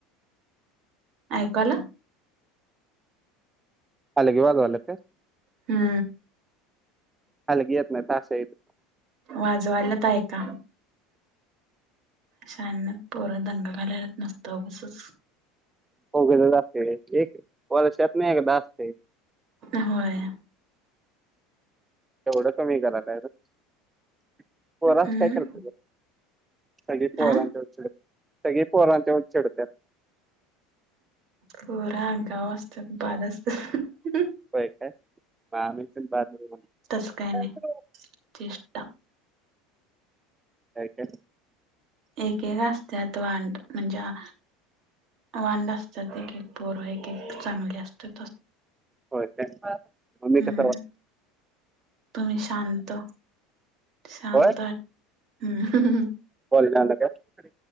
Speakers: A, on the right; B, on the right.
A: ऐकू आलं.
B: हलगी वाजवालेत काय.
A: हा.
B: हलगी येत नाही ताशा येतोय.
A: वाजवालेत ऐका. कशी अंगणात पोर दंगा करायलेत नसतो उगाचच.
B: कोकिला लागतंय एक वर्षातून एकदा असते.
A: अ होय.
B: एवढ कमी करायलाखच र पोरांचं
A: हम्म
B: काय करतोस. सगळी पोरांचा
A: आ
B: चे सगळी पोरांवरच चढत्यात.
A: पोरं आगाव असत्यात बाद असतात हुम हुम.
B: वय काय मग आम्ही पण बाद होना
A: तसं नाय
B: काय तर.
A: चेष्टा
B: काय काय?
A: एक एक असत्यात वांड म्हणजे हा. ओओओ एकेक पूरा एक एक चांगली असते.
B: व्हय काय... मग मी
A: हम्म
B: कसा रा
A: तुम्ही शांत.... शांत
B: होय
A: ह्.. हु.. हु.. हु
B: बोलण्याला काय..